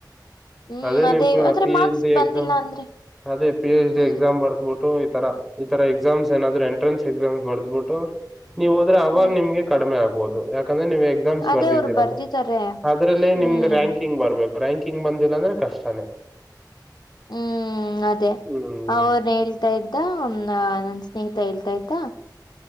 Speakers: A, on the left; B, in the centre.
A: ಹ್ಮ್
B: ಅದೇ ನಿಮ್
A: ಆದ್ರೆ
B: ಪಿ
A: ಮಾರ್ಕ್ಸ್
B: ಎಚ್ ಡಿ
A: ಬಂದಿಲ್ಲ
B: ಎಕ್ಸಾಮ್
A: ಅಂದ್ರೆ
B: ಅದೇ ಪಿ ಹೆಚ್
A: ಹ್ಮ್
B: ಡಿ ಎಕ್ಸಾಮ್ ಬರ್ದಬಿಟ್ಟು. ಈ ತರ ಈ ತರ ಎಕ್ಸಾಮ್ಸ್ ಏನಾದ್ರು ಎಂಟ್ರೆನ್ಸ್ ಎಕ್ಸಾಮ್ಸ್ ಬರ್ದ್ಬಿಟ್ಟು. ನೀವ ಹೋದ್ರೆ ಅವಾಗ
A: ಹ್ಮ್
B: ನಿಮ್ಗೆ ಕಡಿಮೆ ಆಗ್ಬೋದು ಯಾಕಂದ್ರೆ. ನೀವು ಎಕ್ಸಾಮ್ಸ್
A: ಅದೇ
B: ಬರ್ದಿದ್ದೀರಲ್ವಾ
A: ಅವ್ರು ಬರ್ದಿದ್ದಾರೆ
B: ಅದ್ರಲ್ಲಿ
A: ಹ್ಮ್
B: ನಿಮ್ಗೆ ರ್ಯಾಕಿಂಗ್ ಬರ್ಬೇಕು. ರ್ಯಾಂಕಿಂಗ್ ಬಂದಿಲ್ಲ ಅಂದ್ರೆ ಕಷ್ಟನೇ.
A: ಹ್ಮ್ -ಅದೇ
B: ಹ್ಮ್
A: ಅವನ್ ಹೇಳ್ತಾ ಇದ್ದ ನಾ ನನ್ ಸ್ನೇಹಿತಾ ಹೇಳ್ತಾ ಇದ್ದಾ.